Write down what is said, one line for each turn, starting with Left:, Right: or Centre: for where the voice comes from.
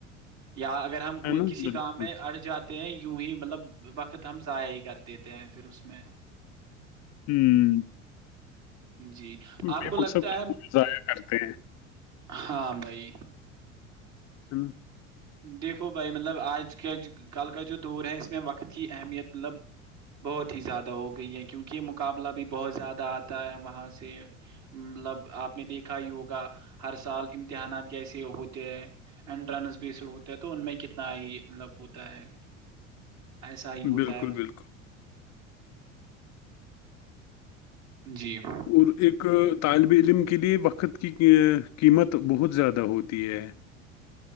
Right: یا اگر ہم
Left: ہے
Right: کوئی
Left: نا
Right: کسی
Left: بالکل
Right: کام میں اڑ جاتے ہیں یوں ہی مطلب وقت ہم ضائع ہی کرتے تھے ہیں پھر اس میں
Left: ہوں
Right: جی
Left: بے
Right: آپ کو لگتا
Left: مقصد کاموں
Right: ہے
Left: میں ضائع کرتے
Right: ہاں بھائی
Left: ہین <inaudible>
Right: دیکھو بھائی مطلب آج کا کل کا جو دور ہے اس میں وقت کی اہمیت مطلب بہت ہی زیادہ ہو گئی ہے کیونکہ یہ مقابلہ بھی بہت زیادہ آتا ہے وہاں سے مطلب آپ نے دیکھا یوگا ہر سال امتحانات کیسے ہوتے ہیں انٹرنس بھیس ہوتے ہے تو ان میں کتنا مطلب ہوتا ہے ایسا ہی ہوتا
Left: بالکل
Right: ہے مطلب
Left: بالکل
Right: جی <inaudible>
Left: اور ایک طالب علم کے لیے وقت کی قیمت بہت زیادہ ہوتی ہے